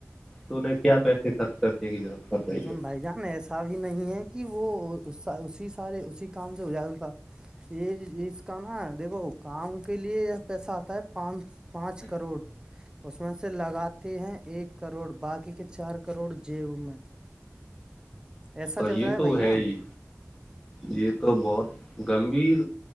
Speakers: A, in the centre; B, on the right.
A: تو انہیں کیا پیسے خرچ کرنے کی ضرورت پڑ رہی
B: لیکن
A: ہے
B: بھائی جان ایسا بھی نہیں ہے کہ وہ اسی سارے اسی کام سے ہو جائے ان کا یہ اس کا نا دیکھو کام کے لیے یہ پیسہ آتا ہے پانچ پانچ کروڑ اس میں سے لگاتے ہیں ایک کروڑ باقی کے چار کروڑ جیب میں ایسا
A: اور
B: چل
A: یہ
B: رہا ہے
A: تو
B: بھائی جان
A: ہی یہ تو بہت گمبھییر